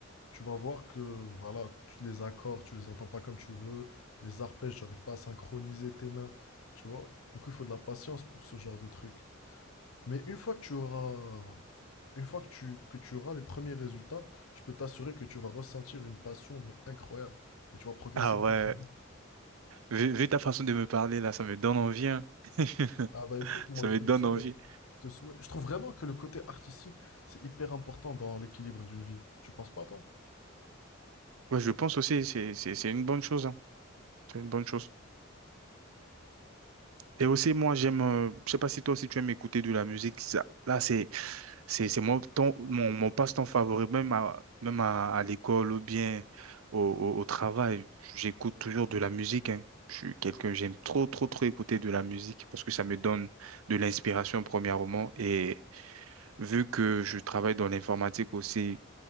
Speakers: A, on the left; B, on the right.
A: tu vas voir que voilà, tu- les accords, tu les entends pas comme tu veux, les arpèges, tu n'arrives pas à synchroniser tes mains, tu vois. Du coup, il faut de la patience pour ce genre de truc. Mais une fois que tu auras, une fois que tu, que tu auras les premiers résultats, je peux t'assurer que tu vas ressentir une passion mais incroyable et tu vas progresser
B: ah ouais.
A: très très vite.
B: Vu, vu ta façon de me parler là, ça me donne envie, hein. <laughs>
A: Ah bah écoute, moi
B: Ça
A: je
B: me
A: te
B: donne
A: le souhaite.
B: envie.
A: ce souhait. Je trouve vraiment que le côté artistique, c'est hyper important dans l'équilibre d'une vie. Tu penses pas, toi?
B: Ouais, je pense aussi, c'est, c'est, c'est une bonne chose, hein. C'est une bonne chose. Et aussi, moi, j'aime, euh, je sais pas si toi aussi tu aimes écouter de la musique. ça- là, c'est, c'est, c'est mon temps, mon, mon passe-temps favori, même à, même à, à l'école ou bien au, au, au travail. J'écoute toujours de la musique, hein. Je suis quelqu'un, j'aime trop, trop, trop écouter de la musique parce que ça me donne de l'inspiration, premièrement, et vu que je travaille dans l'informatique aussi,